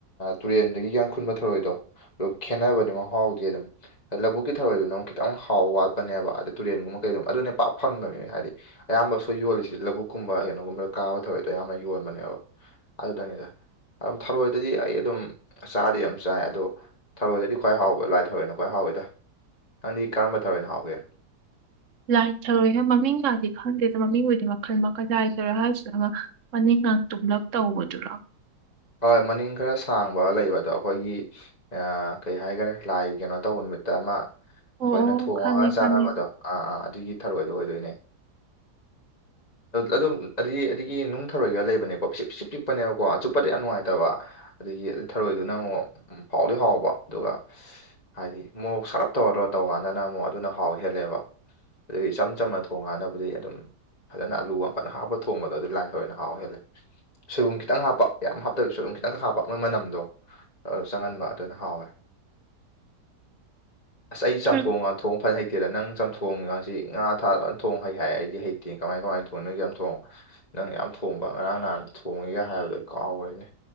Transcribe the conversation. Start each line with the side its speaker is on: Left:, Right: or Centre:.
Left: ꯇꯨꯔꯦꯟꯗꯒꯤ ꯌꯥꯡꯈꯨꯟꯕ ꯊꯧꯔꯛꯏꯗꯣ ꯑꯗ ꯈꯦꯠꯅꯕꯅꯤ ꯃꯍ ꯍꯥꯎꯗꯤ ꯑꯗꯨꯝ ꯑꯗ ꯂꯧꯕꯛꯀꯤ ꯊꯧꯔꯣꯏꯗꯨꯅ ꯑꯃꯨꯛ ꯈꯤꯇꯪꯛ ꯍꯥꯎ ꯋꯥꯠꯄꯅꯦꯕ ꯑꯗ ꯇꯨꯔꯦꯟꯒꯨꯝꯕ ꯀꯩꯗꯨꯝꯕ ꯑꯗꯨꯅꯦ ꯄꯥꯛ ꯐꯪꯗꯕꯅꯦ ꯍꯥꯏꯗꯤ ꯑꯌꯥꯝꯕ ꯁꯣꯏ ꯌꯣꯜꯂꯤꯁꯤ ꯂꯧꯕꯨꯛꯀꯨꯝꯕ ꯀꯩꯅꯣꯒꯨꯝꯕꯗ ꯀꯥꯕ ꯊꯧꯋꯏꯗꯣ ꯑꯌꯥꯝꯅ ꯌꯣꯟꯕꯅꯦꯕ ꯑꯗꯨꯗꯪꯅꯤꯗ ꯑꯗꯨꯝ ꯊꯔꯣꯏꯗꯗꯤ ꯑꯩ ꯑꯗꯨꯝ ꯆꯥꯗꯤ ꯌꯥꯝꯝ ꯆꯥꯏ ꯑꯗꯣ ꯊꯔꯣꯏꯗꯗꯤ ꯈ꯭ꯋꯥꯏ ꯍꯥꯎꯕ ꯂꯥꯏ ꯊꯔꯣꯏꯅ ꯈ꯭ꯋꯥꯏ ꯍꯥꯎꯋꯦꯗ ꯅꯪꯗꯤ ꯀꯔꯝꯕ ꯊꯔꯣꯏꯅꯣ ꯍꯥꯎꯒꯦ
Right: ꯂꯥꯏꯊꯔꯣꯏꯅ ꯃꯃꯤꯡ ꯀꯗꯤ ꯈꯪꯗꯦ ꯑꯗꯨꯗ ꯃꯃꯤꯡꯕꯨꯗꯤ ꯃꯈꯜ ꯃꯈꯜ ꯂꯥꯏꯊꯔ ꯍꯥꯏꯕꯁꯤꯗ ꯑꯃ ꯃꯅꯤꯡ ꯉꯥꯛꯇꯨꯝꯂꯞ ꯇꯧꯕꯗꯨꯔꯥ
Left: ꯍꯣꯏ ꯃꯅꯤꯡ ꯈꯔ ꯁꯥꯡꯕ ꯂꯩꯕ ꯑꯗꯣ ꯑꯩꯈꯣꯏꯒꯤ ꯀꯩ ꯍꯥꯏꯈꯔꯦ ꯂꯥꯏ ꯀꯩꯅꯣ ꯇꯧꯕ ꯅꯨꯃꯤꯠꯇ ꯑꯃ ꯑꯩꯈꯣꯏꯅ
Right: ꯑꯣ ꯑꯣ
Left: ꯊꯣꯡꯉꯒ
Right: ꯈꯪꯉꯦ
Left: ꯆꯥꯅꯕꯗꯣ
Right: ꯈꯪꯉꯦ
Left: ꯑꯥ ꯑꯥ ꯑꯗꯨꯒꯤ ꯊꯔꯣꯏꯗꯣ ꯑꯣꯏꯗꯣꯏꯅꯦ ꯑꯗꯨꯝꯗꯤ ꯑꯩꯒꯤ ꯅꯨꯡꯊꯔꯣꯏꯒ ꯂꯩꯕꯅꯦꯀꯣ ꯄꯤꯁꯤ ꯄꯤꯁꯤꯛ ꯄꯤꯛꯄꯅꯦꯕꯀꯣ ꯆꯨꯞꯄꯗ ꯌꯥꯝ ꯅꯨꯡꯉꯥꯏꯇꯕ ꯑꯗꯨꯗꯒꯤ ꯑꯗꯨ ꯊꯔꯣꯏꯗꯨꯅ ꯑꯃꯨꯛ ꯍꯥꯎꯗꯤ ꯍꯥꯎꯕ ꯑꯗꯨꯒ ꯍꯥꯏꯗꯤ ꯑꯃꯨꯛ ꯁꯔꯞ ꯇꯧꯔꯔꯣ ꯇꯧ ꯀꯥꯟꯗꯅ ꯑꯃꯨꯛ ꯑꯗꯨꯅ ꯍꯥꯎ ꯍꯦꯜꯂꯦꯕ ꯑꯗꯒꯤ ꯏꯆꯝ ꯆꯝꯅ ꯊꯣꯡꯉꯥꯟꯅꯕꯕꯨꯗꯤ ꯑꯗꯨꯝ ꯐꯖꯅ ꯑꯂꯨꯒꯐꯅ ꯍꯥꯞꯄ ꯊꯣꯡꯕꯗꯣ ꯑꯗꯨꯗꯤ ꯂꯥꯏꯟ ꯊꯣꯏꯅ ꯍꯥꯎ ꯍꯦꯜꯂꯦ ꯁꯣꯏꯕꯨꯝ ꯈꯤꯇꯪ ꯍꯥꯞꯄ ꯌꯥꯝ ꯍꯥꯞꯇꯕ ꯁꯣꯏꯕꯨꯝ ꯈꯤꯇꯪ ꯍꯥꯞꯄ ꯃꯣꯏ ꯃꯅꯝꯗꯣ ꯆꯪꯍꯟꯕ ꯑꯗꯨꯅ ꯍꯥꯎꯋꯦ
Right: <inaudible>
Left: ꯑꯁ ꯑꯩ ꯆꯝꯊꯣꯡꯒ
Right: ꯇ꯭ꯔꯤꯛ
Left: ꯊꯣꯡ ꯐꯖꯅ ꯍꯩꯇꯦꯗ ꯅꯪ ꯆꯝꯊꯣꯡꯒꯁꯤ ꯉꯥ ꯊꯥꯕꯅ ꯊꯣꯡ ꯍꯩ ꯍꯥꯏ ꯑꯩꯗꯤ ꯍ ꯇꯦꯡ ꯀꯃꯥꯏ ꯀꯃꯥꯏꯅ ꯊꯣꯡꯅꯣꯏ ꯌꯥꯝ ꯊꯣꯡꯉ ꯅꯪ ꯌꯥꯝ ꯊꯣꯡꯕ ꯉꯔꯥꯡ ꯅꯍꯥꯟ ꯊꯣꯡꯉꯤꯒ ꯍꯥꯏꯕꯗꯣ ꯑꯩ ꯀꯥꯎꯈ꯭ꯔꯦꯅꯦ